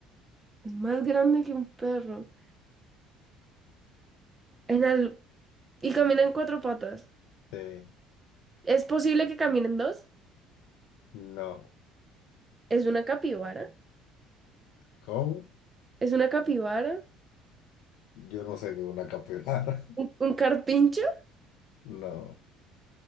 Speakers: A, on the right; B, on the left.
A: Es más grande que un perro. En al- Y camina en cuatro patas.
B: sí,
A: ¿Es posible que caminen dos?
B: no.
A: ¿Es una capibara?
B: ¿Cómo?
A: ¿Es una capibara?
B: Yo no sé qué es una capibara.
A: ¿Un, un carpincho?
B: No.